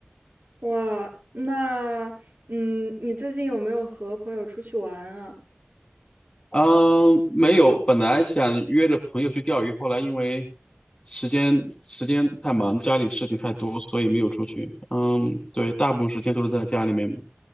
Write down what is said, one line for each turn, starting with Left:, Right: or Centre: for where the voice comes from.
Right: 哇，那嗯，你最近有没有和朋友出去玩啊？
Left: 嗯、没有，本来想约着朋友去钓鱼，后来因为时间时间太忙，家里事情太多，所以没有出去。嗯，对，大部分时间都是在家里面，